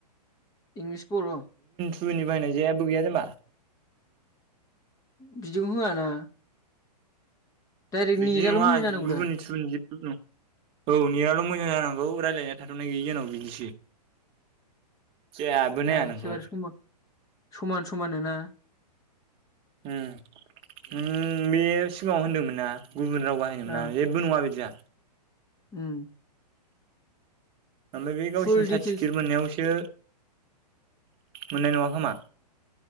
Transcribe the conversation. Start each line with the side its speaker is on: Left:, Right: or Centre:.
Left: इंलिस बर'
Right: सुनि बाहायनाय जेबो गैया जाम्बा
Left: बिदिखौ होआना डाइरेक्ट
Right: बिदि
Left: नेटआल'
Right: नङा
Left: मोजां जानांगौ
Right: गुबुननि
Left: दा
Right: थुबुननि जेबबो नं औ नेयाल' मोजां जानांग गौ रायलायनाया थाथ'नाय गैयि जानांगौ बिदिसो <inaudible> जेबो नाया
Left: एखेबारे
Right: नोंखौ
Left: सम समान समान नो ना?
Right: उम उम बे सिगाङाव होनदोमोन ना गुबुन राव बाहायनो मोना
Left: ओं
Right: जेबो नङा बिदिया
Left: उम
Right: ओमबाय बे गावसिनि
Left: फुल
Right: साटिपिकिर
Left: डिटेल्स
Right: मोननायावसो मोननाय नङा खोमा